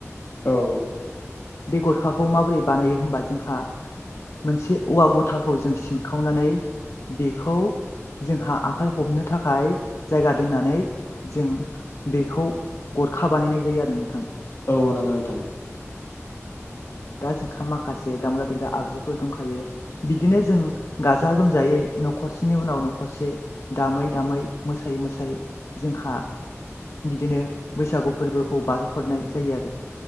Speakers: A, on the left; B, on the left.
A: औ
B: बे गरखाखौ माबोरै बानायो होमबा जोंहा मोनसे औवा गथाखौ जों सिनखावनानै बेखौ जोंहा आखाइ हमनो थाखाय जायगा दोननानै जों बेखौ गरखा बानायनाय जायो आरो नोंथां।
A: औ नंगौ नोंथां।
B: दा जोंहा माखासे दामग्रा देग्रा आगजुफोर दंखायो। बिदिनो जों गाजा गोमजायै न'खरसेनि उनाव न'खरसे दामै दामै मोसायै मोसायै जोंहा बिदिनो बैसागु फोरबोखौ बारहोहरनाय जायो आरो।